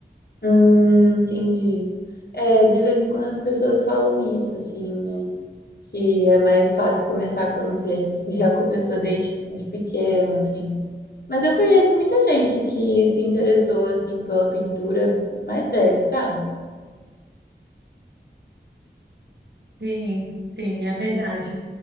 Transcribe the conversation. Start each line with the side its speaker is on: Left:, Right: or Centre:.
Left: Hum, entendi. É, de vez em quando as pessoas falam isso, assim, né? que é mais fácil começar quando você <laughs> já começou desde de pequeno, assim. Mas eu conheço muita gente que se interessou, assim, pela pintura mais velha, sabe?
Right: Sim, sim, é verdade.